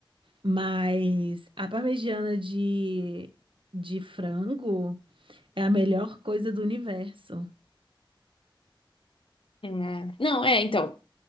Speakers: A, on the right (about 75°); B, on the left (about 80°).
A: Mas a parmegiana de, de frango é a melhor coisa do universo.
B: Ah, Não, é, então.